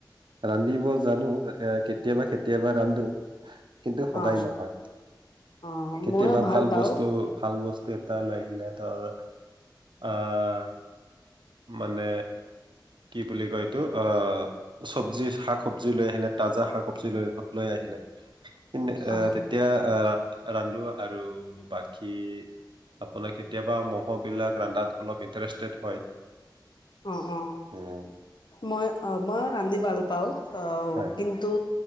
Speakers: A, on the right (about 85°); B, on the left (about 70°).
A: ৰান্ধিব জানো, তাকে কেতিয়াবা-কেতিয়াবা ৰান্ধো। কিন্তু সদায়
B: অ
A: নহয়,
B: অ
A: কেতিয়াবা
B: ময়ো
A: ভাল
B: পাওঁ
A: বস্তু, ভাল বস্তু এটা লৈ সেইদিনা তাৰ, আহ মানে, কি বুলি কয় এইটো? আহ চবজি শাক, চবজি লৈ আহেনে, তাজা শাক চবজি লৈ আহিলে <unintelligible> এ
B: অ
A: তেতিয়া আহ ৰান্ধো আৰু বাকী আপোনাৰ কেতিয়াবা ম'ববিলাক ৰান্ধাত অলপ ইন্টাৰেষ্টেড হয়। <unintelligible>
B: অ-অ,
A: উম,
B: মই, অ, মই ৰান্ধি ভালো <unintelligible> পাওঁ। ঔ
A: হয়
B: কিন্তু